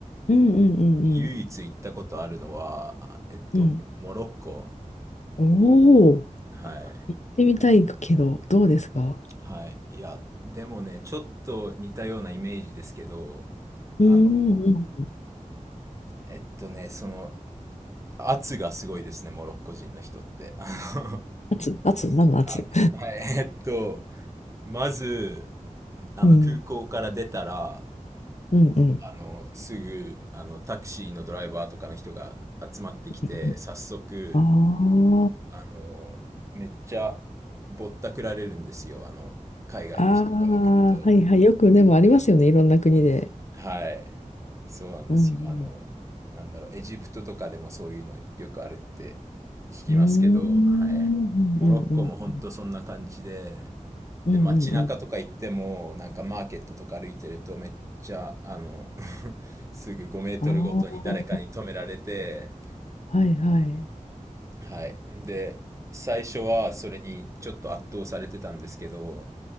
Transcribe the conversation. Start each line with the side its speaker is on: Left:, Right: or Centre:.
Left: うんうんうん
Right: 唯一行ったことあるのは、えっと、
Left: うん。うん。
Right: モロッコ。
Left: おお、
Right: はい。
Left: 行ってみたいけど、どうですか
Right: はい。いや、でもね、ちょっと似たようなイメージですけど、
Left: うんうんうん。
Right: あの、えっとね、その、圧がすごいですね、モロッコ人の人って。あの
Left: 圧圧何の圧
Right: 圧はい。えっと、まず、あの、
Left: うん。
Right: 空港から出たら、
Left: うんうん。
Right: あの、すぐ、あの、タクシーのドライバーとかの人が集まってきて、
Left: うん
Right: 早速、
Left: あ
Right: あの、めっちゃぼったくられるんですよ。あの、海外の人から来ると。
Left: あ。ああ、はいはい。よくでもありますよね。いろんな国で。
Right: はい。そうなんですよ。
Left: うん
Right: あの、なんだろう、エジプトとかでもそういうのよくあるって聞きますけど、
Left: うん。うーん。
Right: はい。モロッコも本当そんな感じで、
Left: うんうんうん。うんうんうん。
Right: で、街中とか行っても、なんかマーケットとか歩いてると、めっちゃ、あの、<laughs> すぐ5メートルごとに誰かに止められて、
Left: ああ。はいはい。
Right: はい。で、最初はそれにちょっと圧倒されてたんですけど、